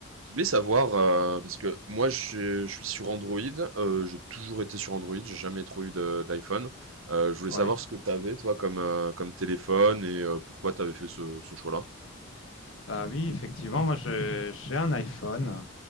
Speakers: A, on the right (about 75°); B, on the left (about 65°).
A: Je voulais savoir, euh, parce que moi je, je suis sur Android, euh, j'ai toujours été sur Android, j'ai jamais trop eu de- d'iPhone. Euh, je voulais
B: Ouais.
A: savoir ce que t'avais toi comme, euh, comme téléphone et euh, pourquoi t'avais fait ce, ce choix-là.
B: Bah oui, effectivement, moi je- j'ai un iPhone